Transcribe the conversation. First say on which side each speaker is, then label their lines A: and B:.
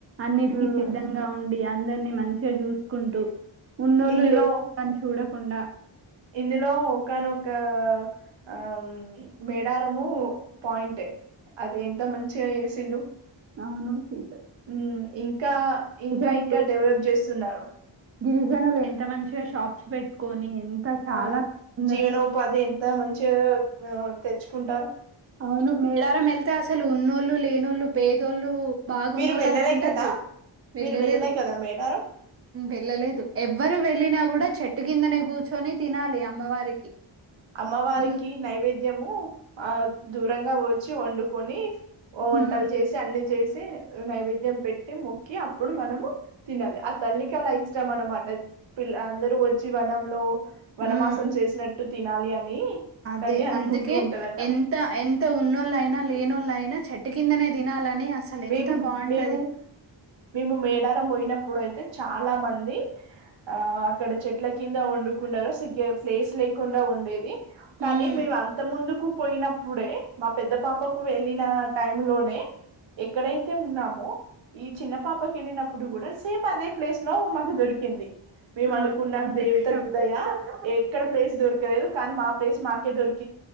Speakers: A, on the right; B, on the right.
A: అన్నిటికిీ
B: ఊమ్
A: సిద్ధంగా ఉండి యా అందరినీ మంచిగా చూసుకుంటూ ఉన్నోళ్ళు
B: ఇందులో
A: లేని వాళ్ళని చూడకుండా
B: ఇందులో ఒకానొక ఆ మేడారము పాయింటే అది ఎంత మంచిగా చేసిళ్లు
A: నవనూసి
B: ఉమ్ ఇంకా ఇంకా
A: గిరిజనులు
B: ఇంకా డెవలప్ చేస్తున్నారు
A: గిరిజనులు ఎంత మంచిగా షాప్స్ పెట్టుకొని ఎంత చాలా
B: ఆ
A: ఉంది
B: జీవన
A: అసలు
B: ఉపాధి ఎంత మంచిగా తెచ్చు కుంటారు
A: అవును మేడారం వెళ్తే అ అసలు ఉన్నోళ్ళు లేనోళ్ళు పేదోళ్ళు బాగున్నోళ్ళనే
B: మీరు వెళ్ళలే
A: ఉండదు
B: కదా
A: వెళ్ళలేదు
B: మీరు వెళ్ళలే కదా మేడారం
A: వెళ్ళలేదు ఎవ్వరు వెళ్ళిన కూడా చెట్ చెట్టు కిందనే కూర్చొని తినాలి అమ్మవారికి
B: అమ్మవారికి
A: ఉన్
B: నైవేద్యము ఆ దూరంగా వచ్చి వండుకొని ఓ వంటలు
A: ఉమ్
B: చేసి అన్ని చేసి నైవేద్యం పెట్టి మొక్కి అప్పుడు మనము తినాలి ఆ తల్లికి అలా ఇష్టం అనమాట పిల్ల అందరూ వచ్చి వనంలో వనమాసం
A: ఉమ్,
B: చేసినట్టు తినాలి అని
A: అదే
B: తల్లి అనుకుంటూ
A: అందుకే
B: ఉంటదట
A: ఎంత ఎంత ఉన్నోళ్ళ అయినా లేనోళ్ళ అయినా చెట్టు కిందనే తినాలని అసలు ఎంత
B: మేము
A: బాగుంటది
B: మేము మేము మేడారం పోయినప్పుడు అయితే చాలా మంది ఆ అక్కడ చెట్ల కింద వండుకున్నారు సరిగ్గా ప్లేస్ లేకుండా ఉండేది కానీ
A: ఉమ్
B: మేవ అంత ముందుకు పోయినప్పుడే మా పెద్ద పాపకు వెళ్ళిన టైమ్ లోనే ఎక్కడైతే ఉన్నామో ఈ చిన్న పాపకి వెళ్ళినప్పుడు కూడా సేమ్ అదే ప్లేస్ లో మాకు దొరికింది మేము
A: ఆ
B: అనుకున్నాం
A: అదృష్టం
B: దేవత దయ ఎక్కడ ప్లేస్ దొరకలేదు కానీ మా ప్లేస్ మాకే దొరిక